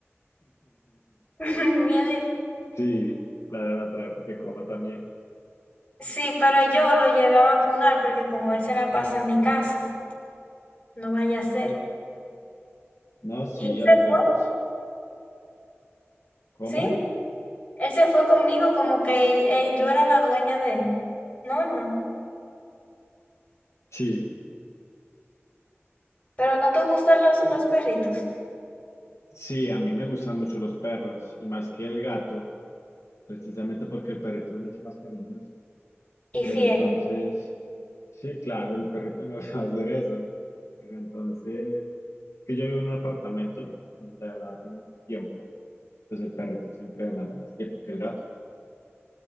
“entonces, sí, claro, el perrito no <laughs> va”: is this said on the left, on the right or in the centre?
Left